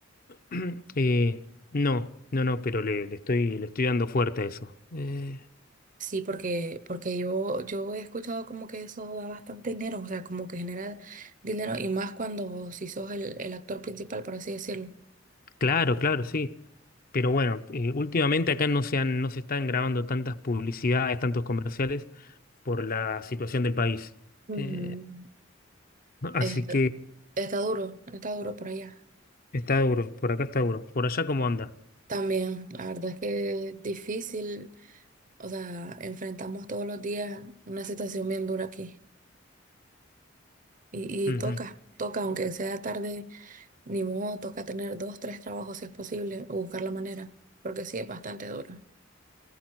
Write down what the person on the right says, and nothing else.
Sí, porque, porque yo, yo he escuchado como que eso da bastante dinero, o sea, como que genera dinero y más cuando si sos el, el actor principal, por así decirlo.
Mm,
Está,
está duro, está duro por allá.
También, la verdad es que es difícil, o sea, enfrentamos todos los días una situación bien dura aquí. Y,
y toca, toca, aunque sea tarde, ni modo, toca tener dos, tres trabajos si es posible, o buscar la manera, porque sí, es bastante duro.